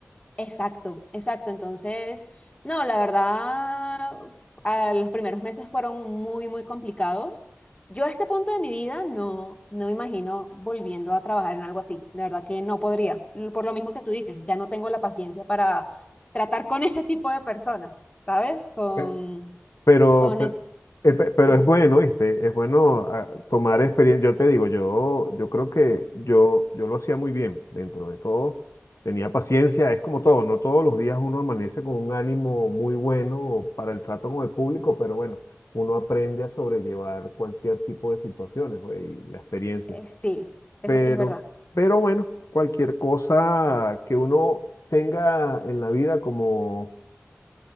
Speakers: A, on the left; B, on the left.
A: Exacto, exacto. Entonces, no, la verdad, a los primeros meses fueron muy, muy complicados. Yo a este punto de mi vida no, no me imagino volviendo a trabajar en algo así. De verdad que no podría. L- Por lo mismo que tú dices, ya no tengo la paciencia para tratar con ese tipo de personas, ¿sabes? Con,
B: Pe- Pero,
A: con,
B: pe-
A: es-
B: eh, pe- pero
A: con ese-
B: es bueno, ¿viste? Es bueno ah, tomar experiencia. Yo te digo, yo, yo creo que yo, yo lo hacía muy bien dentro de todo. Tenía paciencia, es como todo, no todos los días uno amanece con un ánimo muy bueno para el trato con el público, pero bueno, uno aprende a sobrellevar cualquier tipo de situaciones, pues, y la experiencia.
A: eh, sí, eso
B: Pero,
A: sí es verdad.
B: pero bueno, cualquier cosa que uno tenga en la vida como,